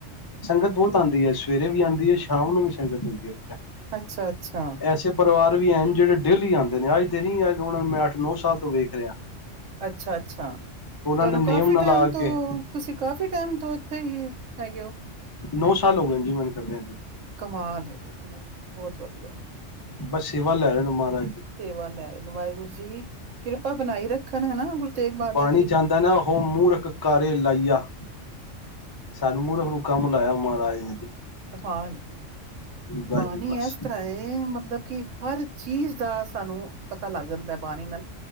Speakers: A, on the left; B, on the right.
A: ਸੰਗਤ ਬਹੁਤ ਆਉਂਦੀ ਹੈ ਸਵੇਰੇ ਵੀ ਆਉਂਦੀ ਹੈ ਸ਼ਾਮ ਨੂੰ ਵੀ ਸੰਗਤ ਹੁੰਦੀ ਹੈ।
B: ਅੱਛਾ ਅੱਛਾ
A: ਐਸੇ ਪਰਿਵਾਰ ਵੀ ਜਿਹੜੇ ਡੇਲੀ ਆਉਂਦੇ, ਨੇ ਅੱਜ ਦੇ ਨੀ ਮੈਂ ਅੱਠ, ਨੌ ਸਾਲ, ਤੋਂ ਵੇਖ ਰਿਆ
B: ਅੱਛਾ, ਅੱਛਾ ਤੁਹਾਨੂੰ
A: ਨੇ
B: ਕਾਫੀ
A: ਨੇਮ ਨਾਲ
B: ਟਾਈਮ
A: ਆ
B: ਤੋਂ
A: ਕੇ
B: ਤੁਸੀਂ ਕਾਫੀ ਟਾਈਮ ਤੋਂ ਇੱਥੇ ਹੀ ਹੈਗੇ ਹੋ
A: ਨੌ ਸਾਲ, ਹੋ ਗਏ ਜੀ ਮੈਨ ਕਰਦੇਿਆਂ
B: ਕਮਾਲ ਹੈ, ਜੀ ਕਮਾਲ ਬਹੁਤ ਵਧੀਆ
A: ਬੱਸ ਸੇਵਾ ਲੈ ਰਹੇ ਨੇ ਮਹਾਰਾਜ ਜੀ
B: ਸੇਵਾ ਲੈ ਰਹੇ ਵਾਹਿਗੁਰੂ ਜੀ ਕਿਰਪਾ ਬਣਾਈ ਰੱਖਣ ਹਨਾ ਗੁਰੂ ਤੇਗ ਬਹਾਦਰ
A: ਬਾਣੀ
B: ਜੀ
A: ਵਿਚ ਆਉਂਦਾ ਹੈ ਨਾ, ਉਹ ਮੂਰਖ ਕਾਰੇ ਲਾਈਆ ਸਾਨੂੰ ਮੂਰਖ ਨੂੰ ਹੁਕਮ ਨੂੰ ਕੰਮ ਲਾਇਆ ਮਹਾਰਾਜ ਜੀ ਨੇ ਜੀ
B: ਕਮਾਲ
A: ਬਸ
B: ਬਾਣੀ
A: ਜੀ ਬਸ
B: ਇਸ ਤਰ੍ਹਾਂ ਹੈ ਮਤਲਬ ਕਿ ਹਰ ਚੀਜ਼ ਦਾ ਸਾਨੂੰ ਪਤਾ ਲੱਗ ਜਾਂਦਾ ਬਾਣੀ ਨਾਲ